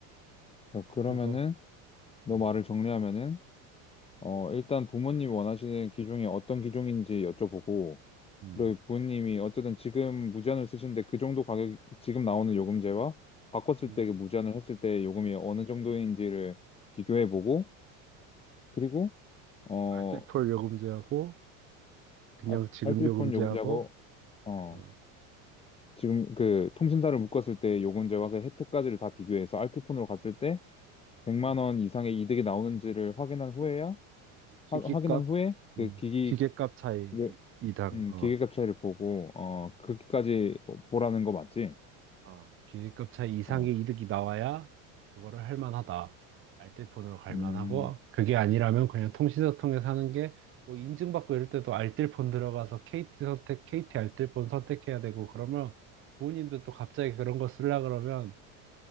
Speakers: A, on the left; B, on the right.
A: 자, 그러면은,
B: 그거,
A: 너
B: 음,
A: 말을 정리하면은, 어, 일단 부모님 이 원하시는 기종이 어떤 기종인지 여쭤보고,
B: 음,
A: 그리고 부모님이 어쨌든 지금 무제한을 쓰시는데 그 정도 가격, 지금 나오는 요금제와 바꿨을
B: 음.
A: 때 그 무제한을 했을 때 요금이 어느 정도인지를 비교해보고, 그리고, 어,
B: 알뜰폰 요금제하고, 그냥
A: 아,
B: 지금
A: 알뜰폰
B: 요금제하고,
A: 요금제하고, 어,
B: 어,
A: 지금 그 통신사를 묶었을 때 요금제와 그 혜택까지를 다 비교해서 알뜰폰으로 갔을 때 100만
B: 음.
A: 원 이상의 이득이 나오는지를 확인한 후에야,
B: 기기값,
A: 하- 확인한 후에 그
B: 음,
A: 기기
B: 기계값 차이
A: 를
B: 이당,
A: 음,
B: 어,
A: 기계값 차이를 보고, 어, 거기까지 뭐, 보라는 거 맞지?
B: 어, 기계급차 이상의
A: 어,
B: 이득이 나와야 그거를 할 만하다. 알뜰폰으로 갈
A: 음,
B: 만하고 그게 아니라면 그냥 통신사 통해서 하는 게 뭐 인증받고 이럴 때도 알뜰폰 들어가서 KT 선택, KT 알뜰폰 선택해야 되고 그러면 부모님들 또 갑자기 그런 거 쓰려 그러면